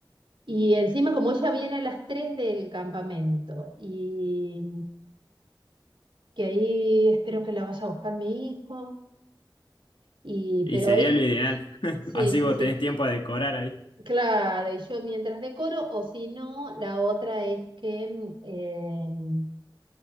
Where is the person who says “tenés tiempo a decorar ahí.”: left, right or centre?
Left